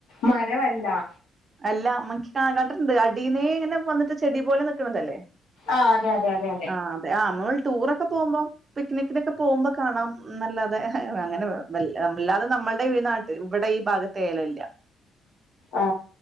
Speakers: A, on the left; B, on the right.
A: മരമല്ലാ
B: അല്ലാ <unintelligible> അടീന്നേങ്ങനെ വന്ന്ട്ട് ചെടി പോലെ നിക്ക്ണതല്ലേ
A: ആഹ് അതെ അതെ അതെ
B: ആ അതെ ആഹ് മ്മോള് ടൂറൊക്കെ പോവുമ്പോം പിക്നിക്കിനൊക്കെ പോവുമ്പോ കാണാം ന്നല്ലാതെ അങ്ങനെ വല്ലാ മ് വല്ലാതെ നമ്മള്ടെ വി ഈ നാട്ടിൽ ഇവിടെ ഈ ഭാഗ ത്തേലല്ല
A: ആ